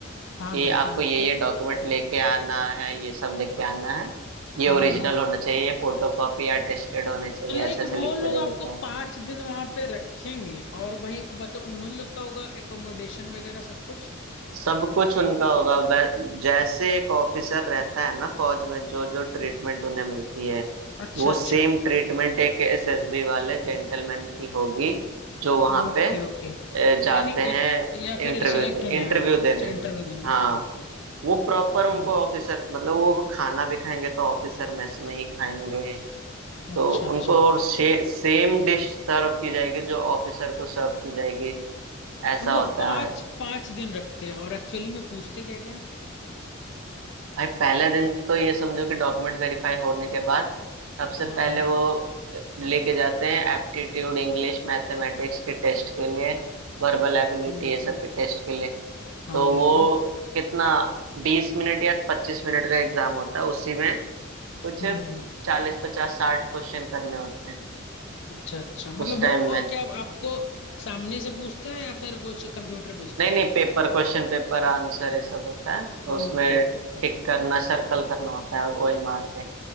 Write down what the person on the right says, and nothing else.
कि
आपको
ये ये डॉक्यूमेंट लेके आना है ये सब लेके आना है ये
ओरिजिनल
होना चाहिए ये फोटो कॉपी या टेस्टेड होने चाहिए
ऐसे ऐसे
लिख
के दे
देते हैं
सब कुछ उनका होगा वै- जैसे एक ऑफिसर रहता है ना फौज में जो जो ट्रीटमेंट उन्हें मिलती है
वो
सेम ट्रीटमेंट एक एसएसबी वाले जेंटलमैन की होगी जो वहां
पे
ए, जाते
हैं
इंटरव्यू
दे
इंटरव्यू
देने
के लिए।
हाँ
वो प्रॉपर उनको
ऑफिसर मतलब वो खाना भी खाएंगे तो ऑफिसर मेस में ही खाएंगे
तो उनको
और से, सेम डिश सर्व की जाएगी जो ऑफिसर को सर्व की जाएगी ऐसा
होता
है
भाई पहले दिन तो ये समझो कि डॉक्यूमेंट वेरीफाई होने के बाद सबसे
पहले
वो लेके जाते हैं एप्टीट्यूड इंग्लिश मैथमेटिक्स के टेस्ट के लिए वर्बल एबिलिटी
ये सब के टेस्ट के लिए
तो
वो कितना बीस मिनट या पच्चीस मिनट का एग्जाम होता है उसी में कुछ
चालीस पचास साठ क्वेश्चन करने होते हैं
उस टाइम
में
नहीं
नहीं
पेपर क्वेश्चन पेपर आंसर ये सब होता है
उसमें
टिक करना सर्कल करना होता है ओ एम आर पे।